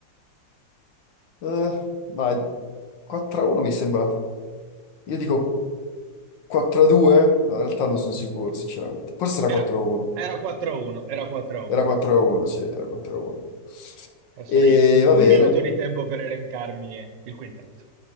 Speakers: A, on the left; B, on the right.
A: eh, ma 4-1 mi sembra... Io dico 4-2? No, in realtà non sono sicuro, sinceramente. Forse era 4-1.
B: Era, era 4 a 1, era 4 a 1.
A: Era 4-1, sì, era 4-1.
B: Adesso
A: E
B: hai
A: va
B: un
A: bene.
B: minuto di tempo per elencarmi il quintetto.